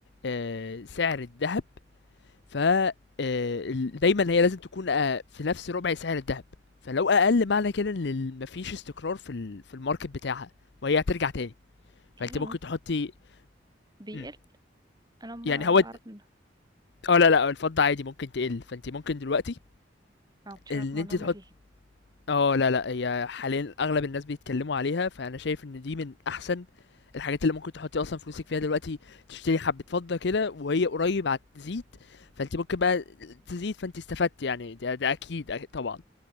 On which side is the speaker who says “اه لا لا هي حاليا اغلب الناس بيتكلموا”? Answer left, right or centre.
Left